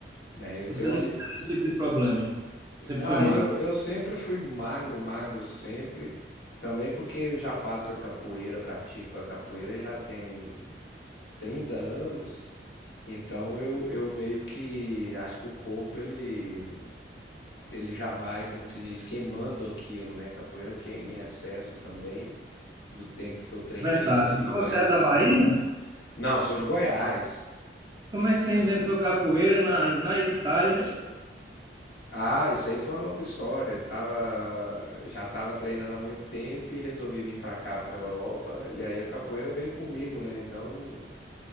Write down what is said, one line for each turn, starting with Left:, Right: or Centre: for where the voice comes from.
Left: né? Eu
Right: Você
Left: tenho
Right: não
Left: ali,
Right: tem esse tipo de problema. Sempre
Left: ah,
Right: foi magro.
Left: eu, eu sempre fui magro, magro sempre, também porque eu já faço a capoeira, pratico a capoeira já tem 30 anos, então eu, eu meio que acho que o corpo ele, ele já vai, como que se diz, queimando aquilo, né? Capoeira queima em excesso também do tempo que eu treinei
Right: Verdade.
Left: assim,
Right: Então,
Left: Mas
Right: você é da Bahia?
Left: Não, sou de Goiás.
Right: Como é que você inventou capoeira na, na Itália?
Left: Ah, isso aí foi uma longa história. Eu Tava, já estava treinando há muito tempo e resolvi vir para cá, para Europa. E aí a capoeira veio comigo, né? Então